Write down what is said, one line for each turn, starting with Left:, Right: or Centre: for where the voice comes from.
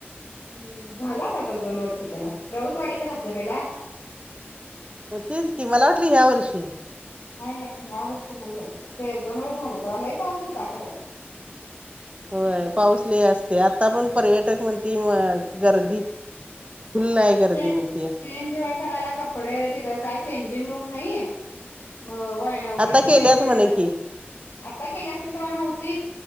Left: हम्म झाला काय गं दोन वर्ष त्याला राऊतवाडीच्या धबधब्याला?
Right: हा तेच की मला वाटलं ह्या वर्षी.
Left: नाय-नाय ह्यावर्षी नाय गेल ते दोन वर्ष झालं तेव्हा लय पाऊस होता खरं.
Right: होय पाऊस लय असतोय आता पण पर्यटक म्हणती म गर्दी. फुल्ल
Left: आणि
Right: आहे गर्दी
Left: चें
Right: म्हणतीया
Left: चेंज करायला कपडे तिथं काय चेंजिंग रूम नाहीये? म वय वनिता
Right: आता केल्यात
Left: त्यांच्या तेय
Right: म्हण की
Left: आत्ता केलं असतील तेव्हा नव्हतीत.